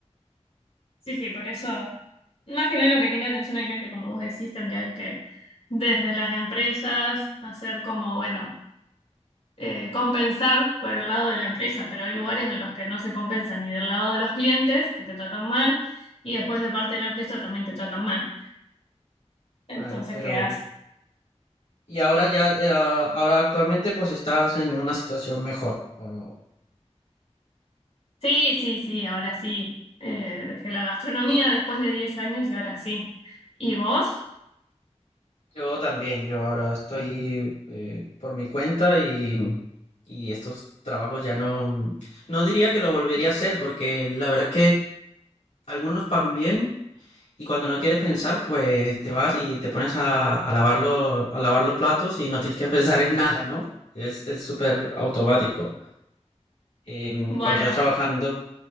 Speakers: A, on the left; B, on the left.
A: Sí, sí, por eso, más que nada lo que tiene atención al cliente, como vos decís, tendrían que desde las empresas hacer como, bueno eh, compensar por el lado de la empresa, pero hay lugares en los que no se compensa ni del lado de los clientes, que te tratan mal, y después de parte de la empresa también te tratan mal. Entonces
B: Claro, pero
A: quedas,
B: Y ahora ya, eh, ah, ahora actualmente pues estás en una situación mejor. o-
A: sí, sí, sí, ahora sí, eh, dejé la gastronomía después de 10 años y ahora sí. ¿Y vos?
B: Yo también, yo ahora estoy eh, por mi cuenta y, y estos trabajos ya no, no diría que lo volvería a hacer porque la verdad que algunos van bien y cuando no quieres pensar pues te vas y te pones a, a lavar los, a lavar los platos y no tienes que <laughs> pensar en nada, ¿no? Es, es súper automático. Em,
A: Bueno,
B: cuando estás trabajando